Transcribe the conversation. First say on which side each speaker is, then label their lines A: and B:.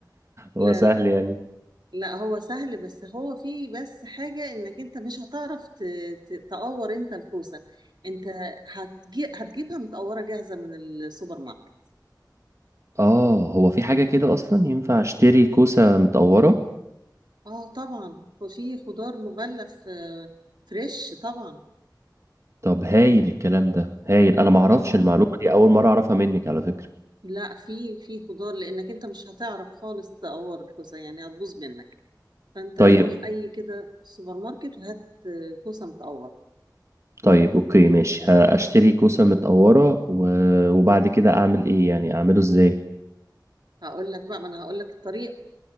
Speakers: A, on the right (about 40°); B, on the right (about 70°).
A: هو
B: لا
A: سهل
B: لا
A: يعني
B: لا هو سهل بس هو فيه بس حاجة انك انت مش هتعرف ت- ت- تقور انت الكوسة انت هتجي هتجيبها متقورة جاهزة من السوبر ماركت
A: اه هو في حاجة كده اصلا ينفع اشتري كوسة متقورة
B: اه طبعا وفي خضار مغلف آه، فريش طبعا
A: طب هايل الكلام ده هايل انا معرفش
B: اه
A: المعلومة دي اول مرة اعرفها منك على فكرة
B: لا في في خضار لانك انت مش هتعرف خالص تقور الكوسة يعني هتبوظ منك فانت
A: طيب
B: روح اي كده سوبر ماركت وهات آه، كوسة متقورة
A: طيب اوكي ماشي هشتري كوسة متقورة و- وبعد كده اعمل ايه يعني اعمله ازاي
B: هقول لك بقى ما انا هقول لك الطريقة